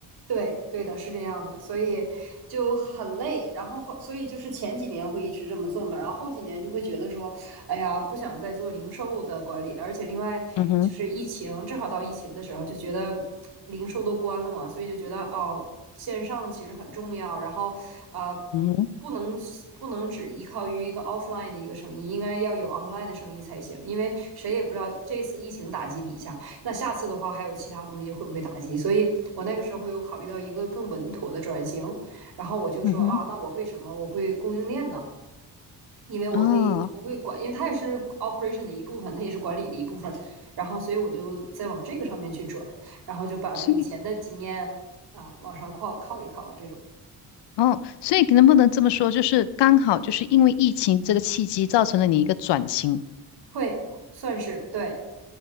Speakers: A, on the right; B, on the left.
A: 对，对的，是这样的，所以就很累。然后后，所以就是前几年会一直这么做嘛，然后后几年就会觉得说，哎呀，不想再做零售的管理了。而且另外就是疫情，
B: 嗯哼，
A: 正好到疫情的时候，就觉得零售都关了嘛，所以就觉得哦，线上其实很重要。然后，呃，
B: 嗯哼，
A: 不能不能只依靠于一个 offline 的一个生意，应该要有 online 的生意才行，因为谁也不知道这次疫情打击你一下。那下次的话还有其他东西会不会打击？所以我那个时候有考虑到一个更稳妥的转型，然后我就说啊，
B: 嗯哼，
A: 那我会什么？我会供应链呢，因为我可以，
B: 啊。
A: 我会管，因为它也是 operation 的一部分，它也是管理的一部分。然后，所以我就再往这个上面去转，然后就把说以前的经验啊往上靠靠一靠啊，
B: 所以。
A: 这种
B: 哦，所以能不能这么说，就是刚好就是因为疫情这个契机，造成了你一个转型。
A: 会算是对，